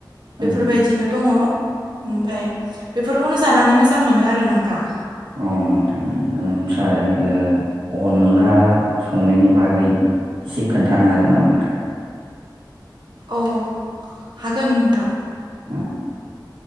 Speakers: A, on the right; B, on the right.
A: उम
B: बेफोरबायदिनो दङ। ओमफाय बेफोरखौनो जानानै मोजां मोनो आरो नोंथां‌।
A: अ नोंथां ओमफ्राय ओ अनला संनायनि बागै एसे खोन्थानो हागोन नामा नोंथां
B: अ हागोन नोंथां
A: उम,